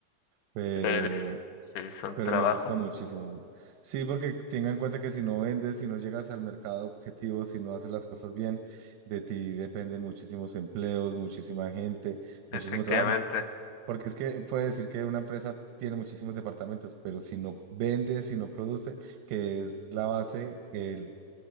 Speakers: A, on the right; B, on the left.
A: pero,
B: Eh, def- sí, son
A: pero
B: trabajos,
A: me gusta muchísimo. Sí, porque tenga en cuenta que si no vendes, si no llegas al mercado objetivo, si no haces las cosas bien, de ti dependen muchísimos empleos, muchísima gente, muchísimo
B: efectivamente,
A: trabajo. Porque es que puede decir que una empresa tiene muchísimos departamentos, pero si no vende, si no produce, que es la base, el